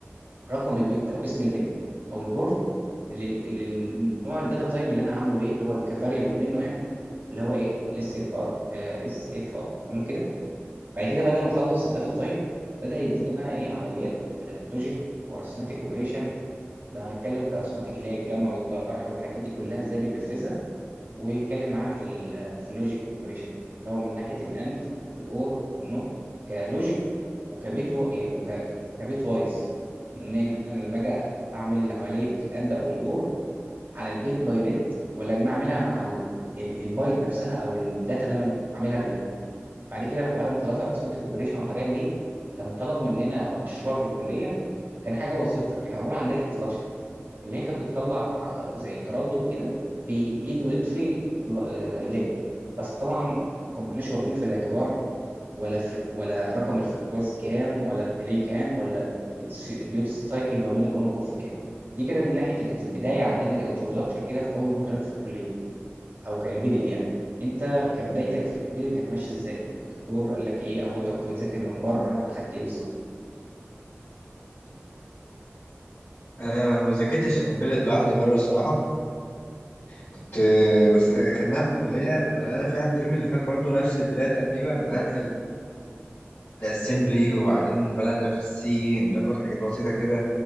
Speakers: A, on the right (about 55°); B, on the left (about 60°).
A: رقم البت او اسم البت او البورت لل- للنوع الداتا تايب اللي انا عامله ايه اللي هو كفاريبل منه يعني اللي هو ايه الاس اف ار اس اف ار تمام كده بعد كده بعد ما اخلص الداتا تايب بدا يدينا بقى ايه عمليات لوجيك وارثماتيك اوبريشن لو هنتكلم كارثماتيك اللي هي الجمع والطرح والحاجات دي كلها ازاي بننفذها ويتكلم معانا في ال في اللوجيك اوبريشن اللي هو من ناحيه الاند والاور والنوت كلوجيك وكبيت و... إيه، وك... كبيت وايز ان انا لما اجي اعمل العمليه بتاعت الاند او الاور على البيت باي بيت ولا ان اعملها مع ال... ال... البايت نفسها او الداتا اللي انا بعملها كلها بعد كده بعد ما خلصت ارثمتك اوبريشن والحاجات دي كان طلب مننا مشروع في الكليه كان حاجه بسيطه كان عباره عن دايره فلاش اللي هي كانت بتطلع ع- زي تردد كده بايد ويطفي ل- آه، ليد بس طبعا ما كناش واخدين في الاعتبار ولا فري... ولا رقم الفريكونسي كام ولا الديلي كام ولا الس- الديوتي سايكل ما بين الاون والاوف كام دي كده من ناحيه كانت البدايه عندنا كانترودكشن كده في اول محاضرين في الكليه او كامبيدد يعني انت كبدايتك في الامبيدد كانت ماشيه ازاي؟ الدكتور قال لك ايه او انت كنت بتذاكر من بره خدت ايه بالظبط؟
B: انا ما ذاكرتش الامبيدد لوحدي بره الصراحه كنت بس خدناها في الكليه بدأنا فيها الترم اللي فات برضو نفس البدايه تقريبا بتاعه الاسمبلي وبعدين بدأنا في السي ناخد حاجات بسيطه كده